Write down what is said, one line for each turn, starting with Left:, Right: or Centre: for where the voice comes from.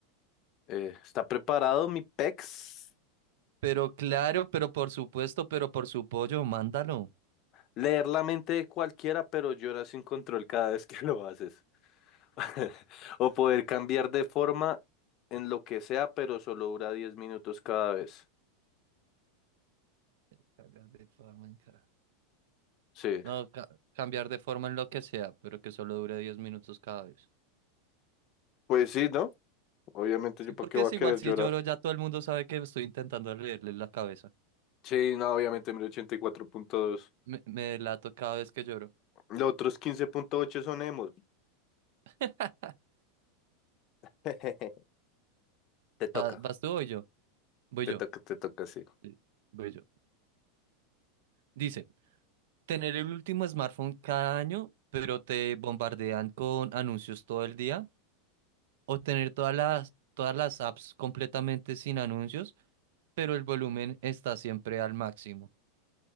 Left: Eh, ¿está preparado mi pex?
Right: Pero claro, pero por supuesto, pero por su pollo, mándalo.
Left: Leer la mente de cualquiera, pero llora sin control cada vez <laughs> que lo haces. <laughs> O poder cambiar de forma en lo que sea, pero solo dura 10 minutos cada vez.
Right: Eh, cagas de forma en cara.
Left: Sí.
Right: No, ca- cambiar de forma en lo que sea, pero que solo dure 10 minutos cada vez.
Left: Pues sí, ¿no? Obviamente,
Right: Sí,
Left: ¿yo para
Right: porque
Left: qué voy
Right: es
Left: a querer
Right: igual si
Left: llorar?
Right: lloro, ya todo el mundo sabe que estoy intentando leerle la cabeza.
Left: Sí, no, obviamente, mil ochenta y cuatro punto dos,
Right: Me, me delato cada vez que lloro.
Left: Los otros quince punto ocho son emos.
Right: <laughs>
Left: <laughs> Te toca,
Right: ¿Va- ¿Vas tú o voy yo? Voy
Left: te
Right: yo.
Left: toca, te toca, sí.
Right: Sí, Voy yo. Dice, tener el último smartphone cada año, pero te bombardean con anuncios todo el día. O tener todas las, todas las apps completamente sin anuncios, pero el volumen está siempre al máximo.